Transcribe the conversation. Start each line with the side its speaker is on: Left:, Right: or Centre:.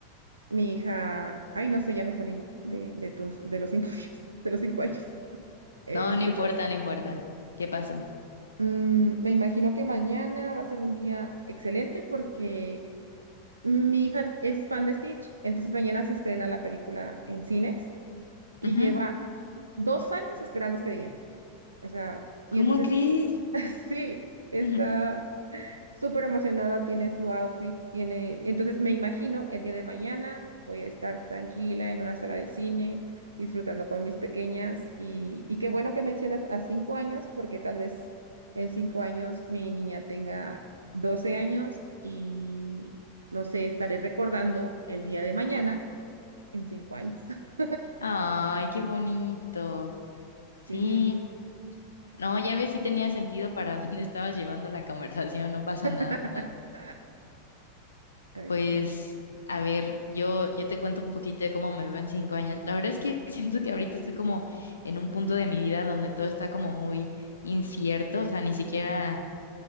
Right: Mi hija, ay, no sé, ya me salí de, de tus, de los cinco <laughs> días, de los cinco años. Este,
Left: No, no importa,
Right: pero es-
Left: no importa. ¿Qué pasó?
Right: mm, me imagino que mañana va a ser un día excelente porque mi hija es fan de Stitch, entonces mañana se estrena la película en cines y
Left: Ujú.
Right: lleva dos años esperando este día. O sea,
Left: ¿Cómo
Right: y entonces
Left: crees?
Right: sí, <laughs> sí,
Left: <laughs>
Right: está.
Left: Ujú.
Right: súper emocionada, tiene su outfit, tiene, entonces me imagino el día de mañana voy a estar tranquila en una sala de cine, disfrutando con mis pequeñas y, y qué bueno que mencionas a cinco años, porque tal vez en cinco años mi niña tenga 12 años y no sé, estaré recordando el día de mañana en cinco años. <laughs>
Left: Ay, qué bonito. Sí.
Right: Sí, sí, sí.
Left: No, ya ves si tenía sentido para <laughs> dónde estabas llevando la conversación, no pasa
Right: <laughs>
Left: nada.
Right: Ok.
Left: Pues, a ver, yo, yo te cuento un poquito de cómo me veo en cinco años. La verdad es que <laughs> siento que ahorita estoy como en un punto de mi vida donde todo está como muy incierto, o sea, ni siquiera